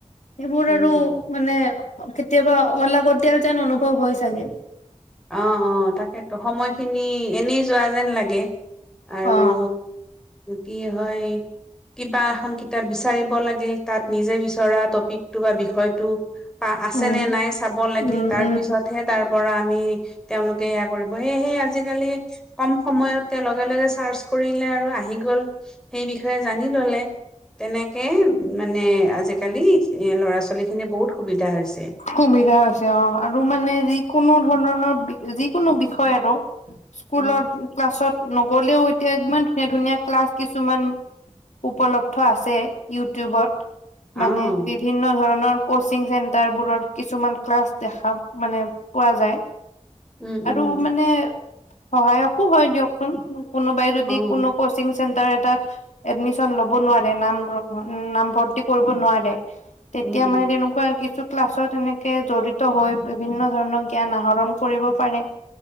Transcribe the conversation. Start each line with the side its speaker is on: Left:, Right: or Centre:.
Left: সেইবোৰ
Centre: উম
Left: আৰু মানে কেতিয়াবা অলাগতিয়াল যেন অনুভৱ হয় চাগে।
Centre: অ', অ', তাকেত' সময়খিনি এনেই যোৱা যেন লাগে। আৰু
Left: অ
Centre: কি হয়? কিবা এখন কিতাপ বিচাৰিব লাগে তাত নিজে বিচৰা টপিকটো বা বিষয়টো পা, আছে
Left: উম
Centre: নে নাই চাব লাগিল।
Left: উম
Centre: তাৰ
Left: উম
Centre: পিছতহে তাৰ পৰা আমি তেওঁলোকে এয়া কৰিব সেয়েহে আজিকালি কম সময়তে লগে লগে চাৰ্চ কৰিলে আৰু আহি গল সেই বিষয়ে জানি ললে। তেনেকে মানে আজিকালি ল'ৰা ছোৱালী খিনি বহুত সুবিধা হৈছে।
Left: সুবিধা হৈছে অ', আৰু মানে যিকোনো ধ, ন, ন, বি যিকোনো বিষয় আৰু স্কুলত
Centre: উম।
Left: ক্লাছত নগলেও এতিয়া ইমান ধুনীয়া ধুনীয়া ক্লাছ কিছুমান উপলব্ধ আছে ইউটিউবত।
Centre: অ',
Left: মানে বিভিন্ন ধৰণৰ কচিং চেন্টাৰবোৰৰ কিছুমান ক্লাছ দেখা মানে পোৱা যায়।
Centre: উম, উম,
Left: আৰু মানে সহায়কো হয় দিয়কচোন। কোনোবাই যদি
Centre: অ'।
Left: কোনো কচিংছ চেণ্টাৰ এটাত এডমিছন লব নোৱাৰে। নাম গ্ৰহণ উম, নাম ভৰ্তি কৰিব নোৱাৰে। তেতিয়া
Centre: উম, উম,
Left: মানে তেনুক বা কিছু ক্লাছত এনেকে জড়িত হৈ বিভিন্ন ধৰণৰ জ্ঞান আহৰণ কৰিব পাৰে।